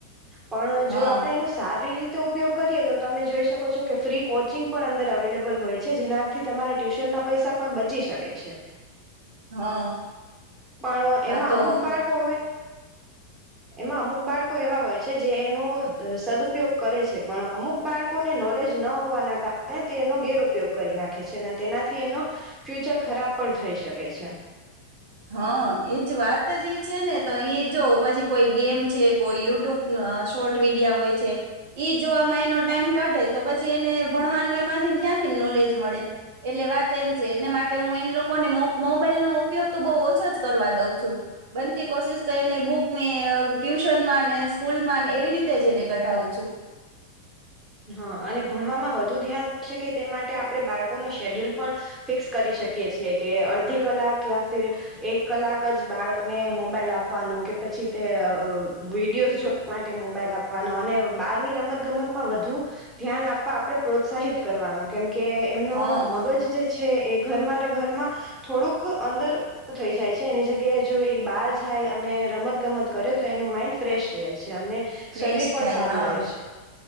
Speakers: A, on the right; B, on the right.
A: પણ
B: હા
A: જો આપે એ સારી રીતે ઉપયોગ કરીએ તો તમે જોઈ શકો છો કે ફ્રી કોચિંગ પણ અંદર અવેલેબલ હોય છે જેનાથી તમારા ટ્યુશન ના પૈસા પણ બચી શકે છે.
B: હા
A: પણ
B: હા
A: એમાં
B: તો
A: અમુક બાળકો હોય એમાં અમુક બાર કો એવા હોય છે જે એનો સદઉપયોગ કરે છે પણ અમુક બાળકોને નોલેજ ન હોવાના કારણે તે એનો ગેર ઉપયોગ કરી નાખે છે અને તેનાથી એનો ફ્યુચર ખરાબ પણ થઈ શકે છે.
B: હા એજ વાત જ એ છે ને તો એઈ જો પછી કોઈ ગેમ છે કોઈ યુટ્યુબ શોર્ટ વિડિયા હોય છે ઈ જોવામાં એનો ટાઈમ કાઢે તો પછી એને ભણવાનું એમાંથી ક્યાંથી નોલેજ મળે એટલે વાત એમ છે એના માટે હું એ લોકોને મોબાઈલનો ઉપયોગ તો બ ઓછો જ કરવા દઉં છું બનતી કોશિશ તો એને બુકની ટ્યુશનમાં સ્કૂલ માં એવી રીતે જને કઢાવું
A: હા અને ભણવામાં વધુ ધ્યાન શકે તે માટે આપણે બાળકોનો શેડ્યુલ પણ ફિક્સ કરી શકીએ છીએ કે અડધી કલાક યા ફિર એક કલાક જ બાળકને મોબાઈલ આપવાનું કે પછી તે વિડીયોઝ જોવા માટે મોબાઈલ આપવાનો અને બારની રમત ગમતમાં વધુ ધ્યાન આપવા આપણે પ્રોત્સાહિત કરવાનું કેમ કે કે એમનો
B: હા
A: મગજ જે છે એ ઘરમાં ને ઘરમાં થોડુંક અંદર થઈ જાય છે એની જગ્યાએ જો એ બહાર જાય અને રમતગમત કરે તો એનું માઈન્ડ ફ્રેશ રહે છે. અને
B: ફ્રેશ
A: શરીર પણ
B: થાય
A: સારું
B: હા
A: રહે છે.